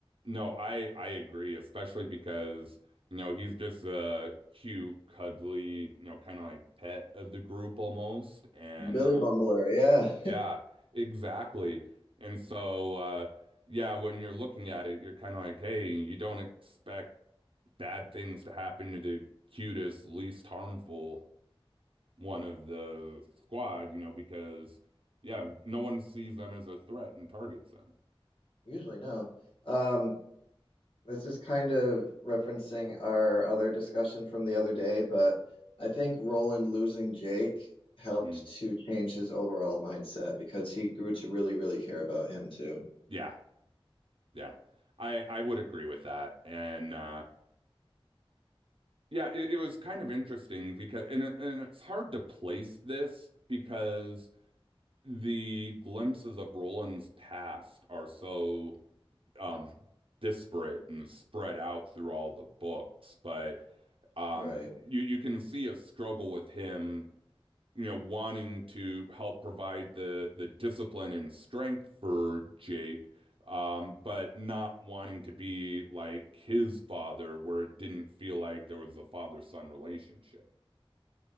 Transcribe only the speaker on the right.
No, I I agree, especially because, you know, he's just a cute, cuddly, you know, kind of like pet of the group almost. And
Yeah, exactly. And so, uh, yeah, when you're looking at it, you're kind of like, hey, you don't expect bad things to happen to the cutest, least harmful one of the squad, you know, because, yeah, no one sees them as a threat and targets them.
Mm,
yeah, yeah. I, I would agree with that. And, uh, yeah, it, it was kind of interesting because, and, it, and it's hard to place this because. the glimpses of Roland's past are so um disparate and spread out through all the books, but um
you you can see a struggle with him, you know, wanting to help provide the the discipline and strength for Jake. Um, but not wanting to be like his father, where it didn't feel like there was a father-son relationship.